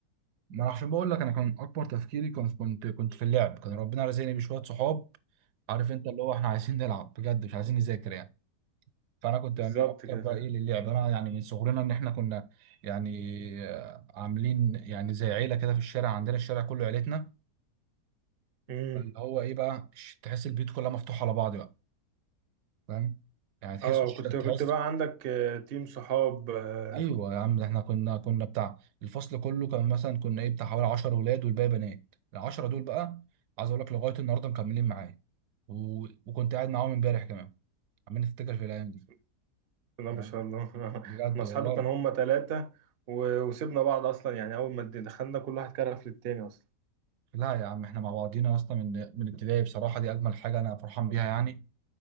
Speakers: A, on the right; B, on the right.
A: ما أنا عشان بقول لك انا كان اكبر تفكيري كنت كنت كنت في اللعب كان ربنا رزقني بشويه صحاب عارف انت اللي هو احنا عايزين نلعب بجد مش عايزين نذاكر يعني فانا كنت
B: بالظبط
A: بميل اكتر
B: كده
A: بقى
B: فاهم
A: ايه للعب انا يعني من صغرنا ان احنا كنا يعني آه، عاملين يعني زي عيله كده في الشارع عندنا الشارع كله عيلتنا
B: امم
A: اللي هو ايه بقى ش- تحس البيوت كلها مفتوحه على بعض بقى فاهم يعني تحس
B: اه كنت كنت
A: تحس
B: بقى عندك آه، تيم صحاب آه،
A: ايوه يا عم ده احنا كنا كنا بتاع الفصل كله كان مثلا كنا ايه بتاع حوالي 10 ولاد والباقي بنات العشرة دول بقى عايز اقول لك لغايه النهارده مكملين معايا و... وكنت قاعد معاهم امبارح كمان عمال نفتكر في الايام دي
B: بسم الله
A: فاهم؟
B: ما شاء الله <laughs>
A: بجد
B: انا اصحابي
A: والله
B: كانوا هم ثلاثة و- وسيبنا بعض اصلا يعني اول ما دخلنا كل واحد كرف للتاني اصلا
A: لا لا يا عم احنا مع بعضينا اصلا من من ابتدائي بصراحه دي اجمل حاجه انا فرحان بيها يعني